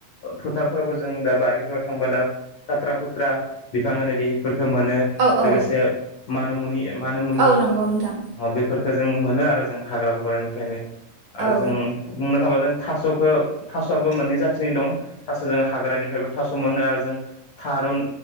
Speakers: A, on the left; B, on the right.
A: फोथारफोरावबो जों दा बारिफोराव थांबा दा खाथ्रा खुथ्रा बिफां होनोदि फोर मोनो
B: औ औ
A: लोगोसे मानु मुनि मानु मुनि
B: औ नंगौ नोंथां
A: बेफोर जों मोनो आरो जों हाग्रा बग्रानिफ्रायनो आरो
B: औ
A: जों बुंनो थाबोदों थास'खौ थास'आबो मोननै जाथिनि दं थास' जों हाग्रानिफ्रायबो थास' मोनो आरो जों थारुन